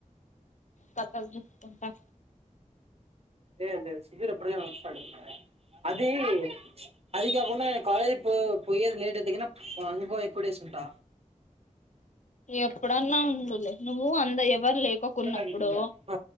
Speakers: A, on the left; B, on the right.
A: కథల్ జెప్పకే
B: లే లేదు సుబీర్ ఎప్పుడుక అది అది కాకుండా కాాలేజ్ పో పోయ్యే లేట్ ఎత ఇంకో ఎక్కువ డేస్ ఉంటా
A: ఎప్పుడన్నా ఉండులే నువ్వు అంద జెప్పు ఎవరు లేకోకున్నప్పుడు
B: అదే ఆ